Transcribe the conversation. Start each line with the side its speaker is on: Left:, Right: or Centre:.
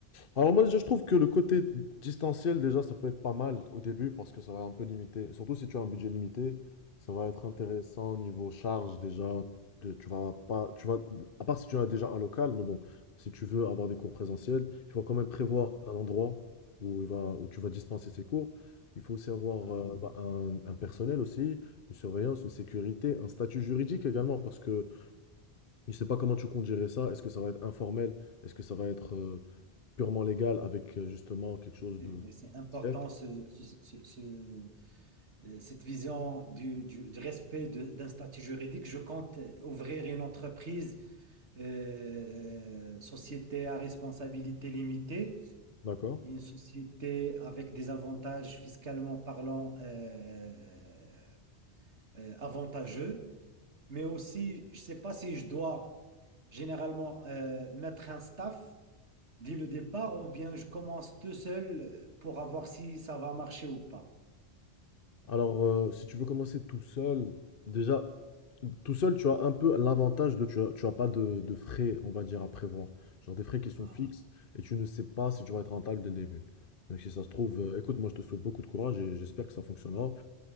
Left: Alors moi déjà je trouve que le côté distanciel déjà ça peut être pas mal au début parce que ça va un peu limiter, surtout si tu as un budget limité, ça va être intéressant
Right: Ah,
Left: au niveau charge déjà, de- tu vas pas, tu vas, à part si tu as déjà un local, mais bon, si tu veux avoir des cours présentiels, il faut quand même prévoir
Right: ah,
Left: un endroit où il va, où tu vas dispenser ces cours. Il faut aussi avoir
Right: ah oui,
Left: euh, bah, un, un personnel aussi, une surveillance, une sécurité, un statut juridique également parce que je sais pas comment tu comptes gérer ça, est-ce que ça va être informel, est-ce que ça va être euh, Purement légal avec, heu, justement quelque chose
Right: c'est
Left: de
Right: vrai, c'est important
Left: officiel.
Right: ce, ce, ce, ce- euh, cette vision du, du- du respect de- d'un statut juridique, je compte euh, ouvrir une entreprise, euh, euh, société à responsabilité limitée,
Left: D'accord.
Right: une société avec des avantages fiscalement parlant euh, euh, euh, avantageux, mais aussi, je ne sais pas si je dois généralement euh, mettre un staff dès le départ ou bien je commence tout seul euh, pour avoir si ça va marcher ou pas.
Left: Alors, euh, si tu veux commencer tout seul, déjà, tout seul, tu as un peu l'avantage de, tu as, tu as pas de, de frais, on va dire, à prévoir. Genre des frais qui sont
Right: Ah,
Left: fixes et tu ne sais pas si tu vas être rentable dès le début. Donc, si ça se trouve,
Right: oui,
Left: euh, écoute, moi, je te souhaite beaucoup de courage et j'espère que ça fonctionnera.